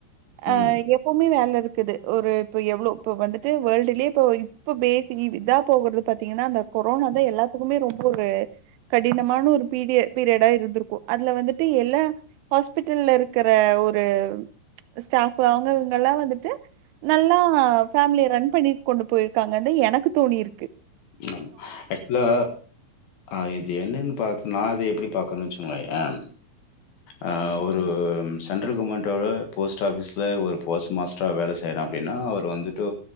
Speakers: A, on the left; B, on the right.
A: ம்,
B: ஆ எப்பவுமே வேல இருக் இருக்குது ஒரு இப்ப எவ்வளவு இப்ப வந்துட்டு வேர்ல்டலயே இப்ப பேசிக் இதுதா போகுற பாத்தீங்கன்னா அந்த கொரோனாதா
A: ம்.
B: எல்லாத்துக்குமே ரொம் ஒரு கடினமான ஒரு பீரீயடு பீரியடா இருந்திருக்கு அதுல வந்துட்டு எல்லா ஹாஸ்பிட்டல்ல இருக்கிற ஒரு ஸ்டாஃப் அவுங்க இவுங்க எல்லா வந்துட்டு நல்லா ஃபேமிலிய ரன் பண்ணி கொண்டு போயிருக்காங்கண்டு எனக்கு தோணி இருக்கு ஓகே
A: மேம் ஆக்சுவலா ஆ இத என்னன்னு பா நா அத எப்டி பாக்கறன்னு வெச்சுகோங்கயேன் அ ஒரு சென்ட்ரல் கவர்மெண்ட்டோட போஸ்ட் ஆஃபிஸில ஒரு போஸ்ட் மாஸ்டரா வேல செய்யற அப்டினா அவர் வந்துட்டு